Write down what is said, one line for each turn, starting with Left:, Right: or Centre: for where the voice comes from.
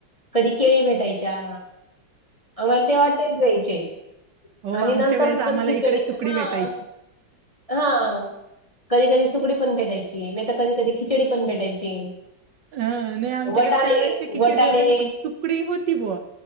Left: कधी केळी भेटायच्या. आम्हाला तेव्हा तेच द्यायचे
Right: हो
Left: आणि
Right: आमच्या
Left: नंतर
Right: वेळेस आम्हाला
Left: पण खिचडी
Right: इकडे सुकडी
Left: मग
Right: भेटायची
Left: हां. कधी कधी सुकडी पण भेटायची, नाहीतर कधी कधी खिचडी पण भेटायची.
Right: ह नाही आमच्याकडे
Left: वटाणे
Right: त्यावेेळेस खिचडी
Left: वटाणे.
Right: वगैरे नाही, पण सुकडी होती बुवा